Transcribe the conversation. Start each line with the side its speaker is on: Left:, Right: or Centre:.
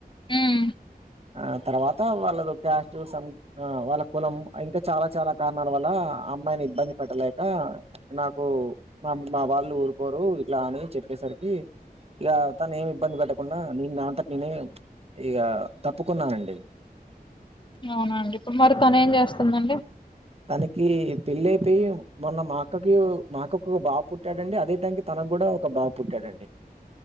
Left: ఉం
Right: ఆ తర్వాత వాళ్ళది ఓ క్యాస్ట్ సం ఆ వాళ్ళ కులం ఇంకా చాలా చాలా కారణాల వల్ల ఆ అమ్మాయిని ఇబ్బంది పెట్టలేక నాకు మా మా వాళ్ళు ఊరుకోరు ఇట్లా అని చెప్పేసరికి ఇగా తను ఏమి ఇబ్బంది పెట్టకుండా నేను నా అంతటి నేనే ఇక తప్పుకున్నానండి
Left: అవునా అండి ఇప్పుడు మరి తను ఏం చేస్తుందండి
Right: తనకీ పెళ్ళి అయిపోయి మొన్న మా అక్కకి మాక్కకు బాబ పుట్టాడండి అదే టైమ్కి తనకూడా ఒక బాబు పుట్టాడండి